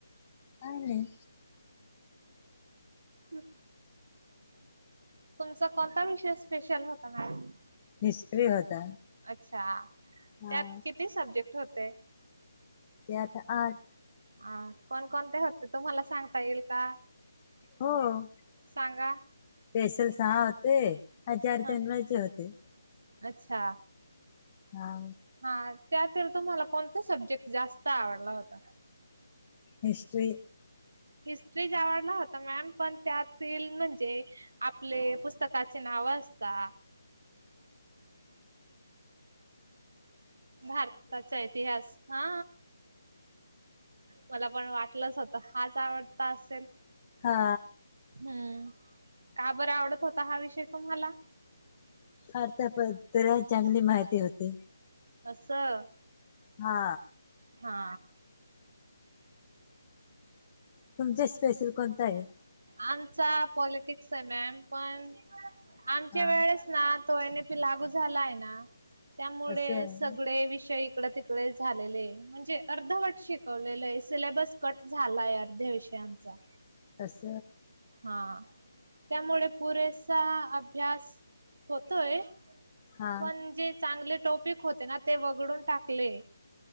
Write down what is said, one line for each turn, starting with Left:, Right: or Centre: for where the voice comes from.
Left: काय नाही.
Right: हम्म तुमचा कोणता विषय स्पेशल होता मॅम.
Left: हिस्ट्री होता
Right: अच्छा
Left: हा
Right: त्यात किती सब्जेक्ट होते?
Left: त्यात आठ.
Right: आठ कोणकोणते होते तुम्हाला सांगता येईल का?
Left: हो स्पेशल
Right: सांगा
Left: सहा होते हजार
Right: ह
Left: जन्माचे होते.
Right: अच्छा.
Left: हा.
Right: हा त्यातील तुम्हाला कोणता सब्जेक्ट जास्त आवडला होता?
Left: हिस्ट्री.
Right: हिस्ट्रीच <unintelligible> होता मॅम पण त्या फिल्ड म्हणजे आपले पुस्तकाचे नाव असता. भारताचा इतिहास हा मला पण वाटलंच होत हाच आवडता असेल.
Left: हा.
Right: हम्म का बर आवडत होता हा विषय तुम्हाला?
Left: भारता बद्दल चांगली माहिती होती.
Right: असं.
Left: हा
Right: हा.
Left: तुमचा स्पेशल कोणता आहे?
Right: आमचा पॉलिटिक्स आहे मॅम. पण आमच्या
Left: हा
Right: वेळेस तो एन‌ ए पी लागू झाला आहे ना त्यामुळे
Left: असं
Right: सगळे विषय इकड तिकडं झालेलं आहे. म्हणजे अर्धवट शिकवले सिलेबस कट झालाय अर्ध्या विषयांचा.
Left: अस.
Right: हा त्यामुळे पुरेसा अभ्यास होतोय.
Left: हा
Right: पण जे चांगले टॉपिक होते ना ते वगळून टाकले.